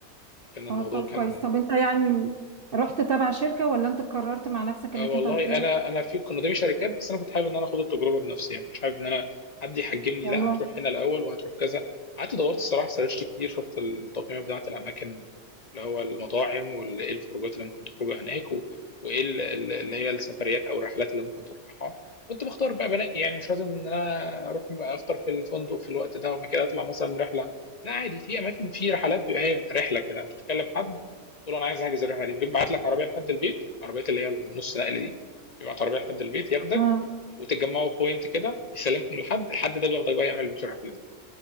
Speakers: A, on the left; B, on the right.
A: كان الموضوع
B: اه طب
A: كان
B: كويس طب انت يعني رحت تبع شركة ولا انت قررت مع نفسك
A: آه
B: انك
A: والله
B: انت هتروح
A: انا انا في كنا قدامي شركات بس انا كنت حابب ان انا اخد التجربه بنفسي يعني كنت حابب ان انا حد يحجمني
B: والله
A: لا هتروح هنا الاول وهتروح كذا قعدت دورت الصراحه سرشت كتير شفت التقييمات بتاعه الاماكن اللي هو المطاعم وايه الخروجات اللي ممكن تخرجها هناك و... وايه ال- ال- اللي هي السفريات او الرحلات اللي ممكن تطلعها كنت بختار بقى بنقي يعني مش لازم ان انا اروح افطر في الفندق في الوقت ده وبعد كده اطلع مثلا رحله لا عادي في اماكن في رحلات بيبقى هي رحله كده انت بتتكلم حد قلت له انا عايز احجز الرحله دي بيبعت لك عربيه لحد البيت عربيات اللي هي النص نقل دي بيبعت عربيه لحد البيت ياخدك
B: ها
A: وتتجمعوا في بوينت كده بيسلمكم لحد الحد ده بياخدك بقى يعمل بيك الرحله دي